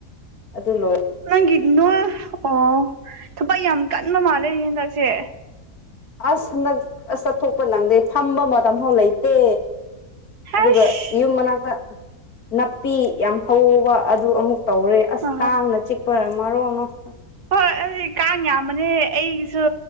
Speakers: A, on the left (about 70°); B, on the right (about 85°).
A: ꯑꯗꯨ ꯂꯣꯏ
B: ꯅꯪꯒꯤ ꯅꯣꯢ ꯑꯣ ꯊꯨꯕꯛ ꯌꯥꯝ ꯀꯟꯕ ꯃꯥꯜꯂꯦꯅꯦ ꯍꯥꯟꯗꯥꯛꯁꯦ
A: ꯑꯁ ꯍꯟꯗꯛ ꯑꯁ ꯆꯠꯊꯣꯛꯄ ꯅꯪꯗꯦ ꯐꯝꯕ ꯃꯇꯝ ꯐꯥꯎ ꯂꯩꯇꯦ
B: ꯍꯩꯁ
A: ꯑꯗꯨꯒ ꯌꯨꯝ ꯃꯅꯥꯛꯇ ꯅꯥꯄꯤ ꯌꯥꯝ ꯍꯧꯕ ꯑꯗꯨ ꯑꯃꯨꯛ ꯇꯧꯔꯦ ꯑꯁ
B: ꯑ
A: ꯀꯥꯡꯅ ꯆꯤꯛꯄ ꯃꯔꯣꯟ ꯑꯃ ꯑꯁ
B: ꯍꯣꯏ ꯑꯩ ꯀꯥꯡ ꯌꯥꯝꯕꯅꯦ ꯑꯩꯒꯤꯁꯨ